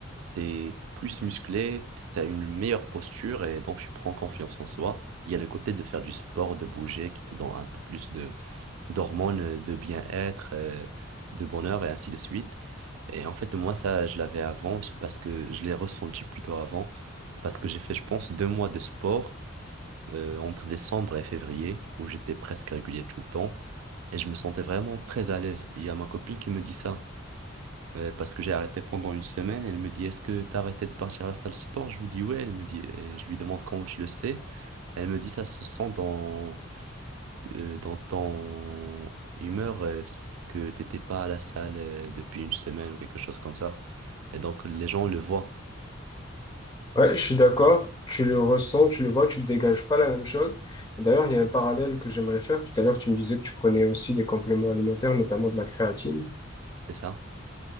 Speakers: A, on the right; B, on the left.
A: t'es plus musclé, t'as une meilleure posture et donc tu prends confiance en soi. Il y a le côté de faire du sport, de bouger, qui te donne un peu plus de d'hormones, de bien-être, euh, de bonheur et ainsi de suite. Et en fait, moi, ça, je l'avais avant parce que je l'ai ressenti plutôt avant parce que j'ai fait, je pense, deux mois de sport euh, entre décembre et février, où j'étais presque régulier tout le temps, et je me sentais vraiment très à l'aise. Il y a ma copine qui me dit ça, euh, parce que j'ai arrêté pendant une semaine, elle me dit, Est-ce que t'as arrêté de partir à la salle de sport? Je lui dis, Ouais, elle me dit, et je lui demande comment tu le sais. Elle me dit, ça se sent dans, euh, dans ton humeur euh, que t'étais pas à la salle euh, depuis une semaine ou quelque chose comme ça. Et donc, les gens le voient,
B: Ouais, je suis d'accord. Tu le ressens, tu le vois, tu ne dégages pas la même chose. D'ailleurs, il y a un parallèle que j'aimerais faire. Tout à l'heure, tu me disais que tu prenais aussi des compléments alimentaires, notamment de la créatine.
A: c'est ça?